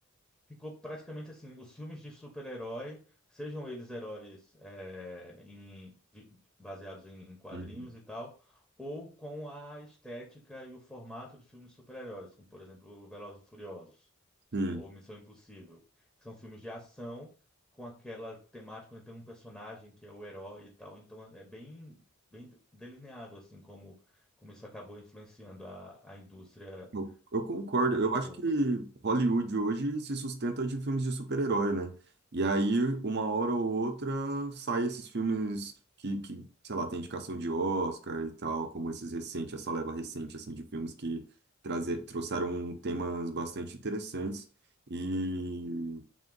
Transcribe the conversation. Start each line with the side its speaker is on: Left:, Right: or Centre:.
Centre: Ficou praticamente assim, os filmes de super-herói, sejam eles heróis é, em- de- baseados em, em quadrinhos
Right: Uhum,
Centre: e tal, ou com a estética e o formato de filmes de super-heróis, como por exemplo Velozes e Furiosos
Right: sim.
Centre: ou Missão Impossível, que são filmes de ação com aquela temática onde tem um personagem que é o herói e tal, então é bem, bem delineado assim como, como isso acabou influenciando a, a indústria
Right: Eu, eu concordo.
Centre: como
Right: Eu
Centre: um todo.
Right: acho que Hollywood hoje se sustenta de filmes de super-herói, né? E aí, uma hora ou outra, sai esses filmes que, que, sei lá, tem indicação de Oscar e tal, como esses recentes, essa leva recente, assim, de filmes que trazer, trouxeram temas bastante interessantes. E